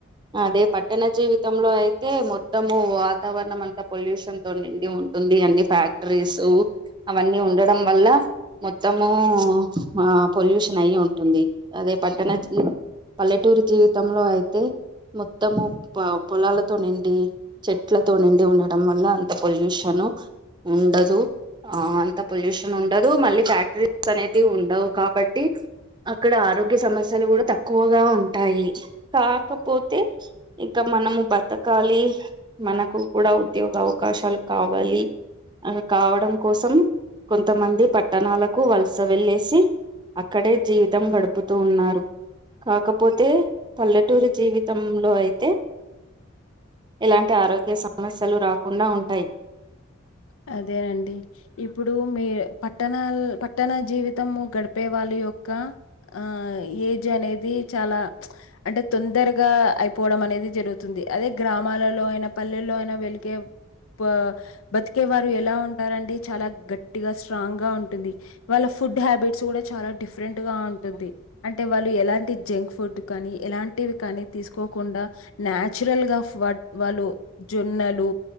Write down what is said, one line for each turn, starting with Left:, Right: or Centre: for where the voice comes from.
Right: అదే పట్టణ జీవితంలో అయితే మొత్తము వాతావరణం అంతా పొల్యూషన్‌తో నిండి ఉంటుంది అన్ని ఫ్యాక్టరీసు అవన్నీ ఉండడం వల్ల మొత్తము ఆ పొల్యూషన్ అయి ఉంటుంది అదే పట్టణ జీవి పల్లెటూరు జీవితంలో అయితే మొత్తము ప పొలాలతో నిండి చెట్లతో నిండి ఉన్నట్ ఉండడం వల్ల అంత పొల్యూషను ఉండదు ఆ అంత పొల్యూషన్ ఉండదు మళ్లీ ఫ్యాక్టరీస్ అనేటివి ఉండవు కాబట్టి అక్కడ ఆరోగ్య సమస్యలు గూడ తక్కువగా ఉంటాయి కాకపోతే ఇక మనము బతకాలి మనకు కూడా ఉద్యోగ అవకాశాలు కావాలి ఆన్ కావడం కోసం కొంతమంది పట్టణాలకు వలస వెళ్ళేసి అక్కడే జీవితం గడుపుతూ ఉన్నారు కాకపోతే పల్లెటూరు జీవితంలో అయితే ఏలాంటి ఆరోగ్య సమస్యలు రాకుండా ఉంటాయి
Left: ఆ అదే అండి ఇప్పుడు మీ పట్టణాల్ పట్టణ జీవితము గడిపే వాళ్లు యొక్ అక్క ఆ ఏజ్ అనేది చాలా అంటే తొందరగా అయిపోవడం అనేది ఇది జరుగుతుంది అదే గ్రామాలలో అయినా పల్లెల్లో అయినా వెలిగే పా బతికే వారు ఎలా ఉంటారండి చాలా గట్టిగా స్ట్రాంగ్ గా ఉంటుంది వాళ్ల ఫుడ్ హ్యాబిట్స్ గూడ చా చాలా డిఫరెంట్‌గా ఉంటుంది అంటే వాళ్లు ఎలాంటి జంక్ ఫుడ్ కానీ ఎలాంటివి కానీ తీసుకో కుండా నచురల్గా ఫడ్ వాళ్లు జొన్నలు